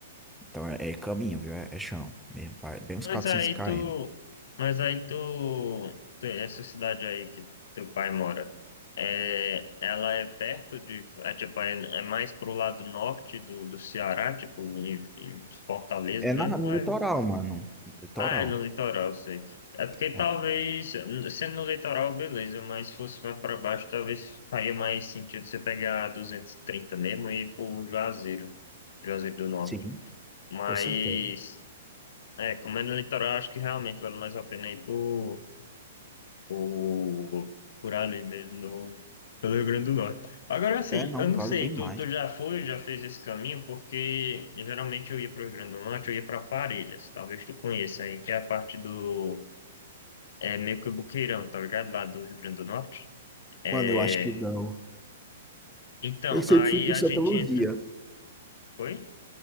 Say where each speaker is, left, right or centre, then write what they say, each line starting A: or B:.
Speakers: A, in the centre; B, on the left (about 60°).
A: Então é, é caminho, viu? É, é chão mesmo, vai bem uns
B: Mas
A: quatrocentos
B: aí
A: km.
B: tu. Mas aí tu. tu- Essa cidade aí que teu pai mora. É, ela é perto de. É, tipo, é, é mais pro lado norte do, do Ceará, tipo, em, em Fortaleza mesmo.
A: É na, no
B: ou É,
A: litoral, mano. No litoral.
B: ah, é no litoral, eu sei. É porque
A: É,
B: talvez. Sendo no litoral, beleza, mas se fosse mais pra baixo, talvez faria mais sentido você pegar a 230 mesmo e ir pro Juazeiro. Juazeiro do Norte.
A: sim,
B: Mas,
A: com certeza.
B: é, comendo no litoral, acho que realmente vale mais a pena ir por, por, por ali mesmo, no, pelo Rio Grande do Norte. Agora, assim,
A: É, não,
B: eu não
A: vale
B: sei,
A: bem mais.
B: tu, tu já foi, já fez esse caminho? Porque geralmente eu ia para o Rio Grande do Norte, eu ia para Parelhas, talvez tu conheça aí, que é a parte do, é meio que o Boqueirão, tá ligado? Lá do Rio Grande do Norte. É,
A: Mano, eu acho que não.
B: então,
A: Eu sempre
B: aí
A: fui por
B: a
A: Santa
B: gente
A: Luzia.
B: entra. Oi?